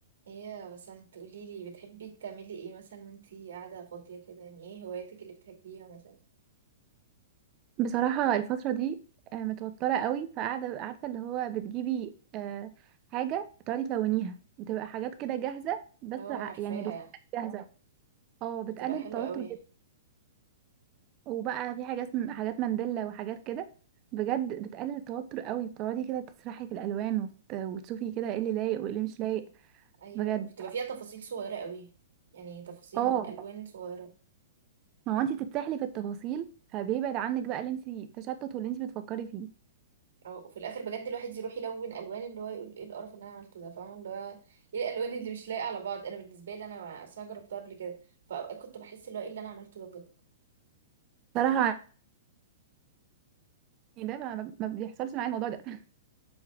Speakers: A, on the right; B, on the right.
A: ايه يا بسنت قوليلي بتحبي تعملي ايه مثلا وانتي قاعدة فاضية كده يعني ايه هواياتك اللي بتحبيها مثلا
B: بصراحة الفترة دي آه، متوترة قوي فقاعدة عارفة اللي هو بتجيبي آه، حاجة بتقعدي تلونيها بتبقى حاجات كده جاهزة بس
A: اه
B: ع-
A: عارفاها
B: يعني رسومات جاهزة اه بتقلل
A: بتبقى حلوة
B: التوتر
A: قوي
B: جدا وبقى في حاجة اسم حاجات مانديلا وحاجات كده بجد بتقلل التوتر قوي بتقعدي كده تسرحي في الألوان وت- وتشوفي كده ايه اللي لايق وايه اللي مش لايق
A: ايوه
B: بجد
A: بتبقى فيها تفاصيل صغيرة قوي يعني تفاصيل
B: اه
A: الوان صغيرة
B: ما هو انتي تتسحلي في التفاصيل فبيبعد عنك بقى اللي انتي تشتت واللي انتي بتفكري فيه
A: اه وفي الاخر بجد الواحد يروح يلون الوان اللي هو يقول ايه القرف اللي انا عملته ده فاهمة اللي هو ايه الالوان اللي مش لايقة على بعض انا بالنسبة لي انا اصلا جربتها قبل كده فاوقات كنت بحس اللي هو ايه اللي انا عملته ده بجد
B: صراحة يعني ده ما ما- ما بيحصلش معايا الموضوع ده <laughs>